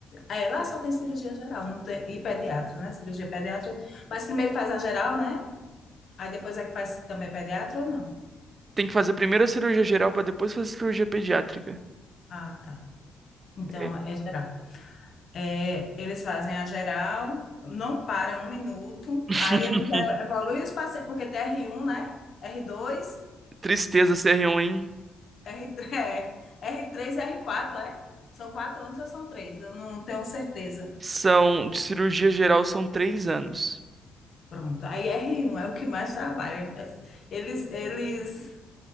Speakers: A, on the left; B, on the right.
A: É, lá só tem cirurgia geral, não tem, e pediatra, né? Cirurgia pediátrica. Mas primeiro faz a geral, né? Aí depois é que faz também pediatra ou não?
B: Tem que fazer primeiro a cirurgia geral pra depois fazer a cirurgia pediátrica.
A: Ah, tá. Então
B: É.
A: é geral. É, eles fazem a geral, não param um minuto,
B: <laughs>
A: aí eles ev- evoluem os pacientes, porque tem r um, né? r dois,
B: Tristeza ser ruim
A: r três, <laughs> é, R3, R4, é? São quatro anos ou são três? Eu não tenho certeza.
B: são de cirurgia geral são três anos.
A: Pronto. Aí r um é o que mais trabalha. Eles, eles